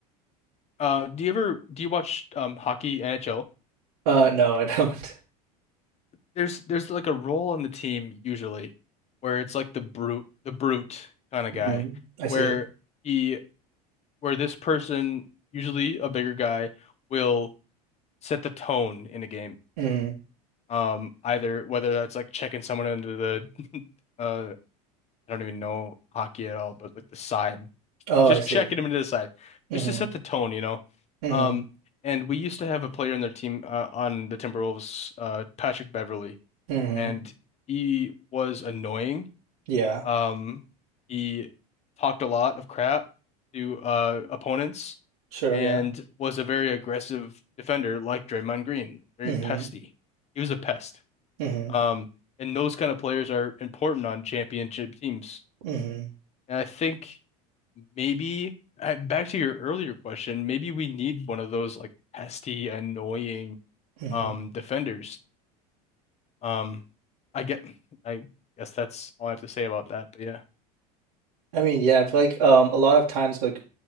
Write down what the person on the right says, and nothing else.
Uh, no, I <laughs> don't.
hmm
I see
it.
hmm
Oh,
I see.
hmm
hmm
hmm
Yeah,
sure.
Yeah.
hmm
hmm
hmm
hmm
I mean, yeah, I feel like um a lot of times like